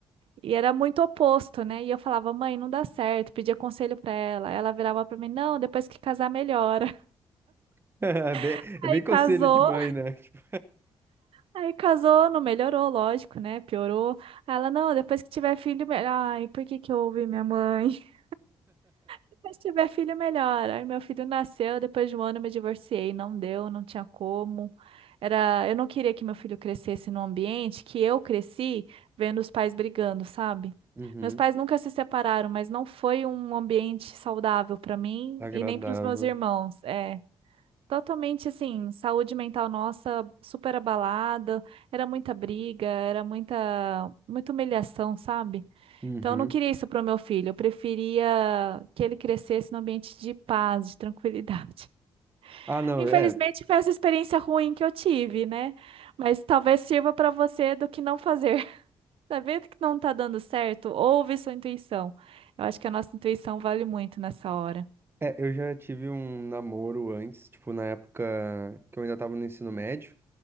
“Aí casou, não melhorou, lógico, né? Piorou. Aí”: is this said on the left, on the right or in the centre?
Right